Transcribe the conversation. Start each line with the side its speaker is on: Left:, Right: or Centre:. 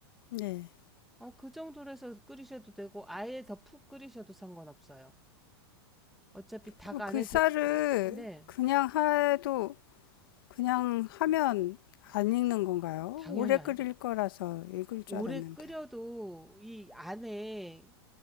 Left: 네.
Centre: 어, 그 정도로 해서 끓이셔도 되고 아예 더 푹 끓이셔도 상관없어요. 어차피 닭
Left: 그럼
Centre: 안에
Left: 그 쌀을
Centre: 드... 네,
Left: 그냥 해도 그냥 하면 안 익는 건가요?
Centre: 당연히
Left: 오래 끓일
Centre: 안
Left: 거라서 익을 줄
Centre: 오래
Left: 알았는데.
Centre: 끓여도 이 안에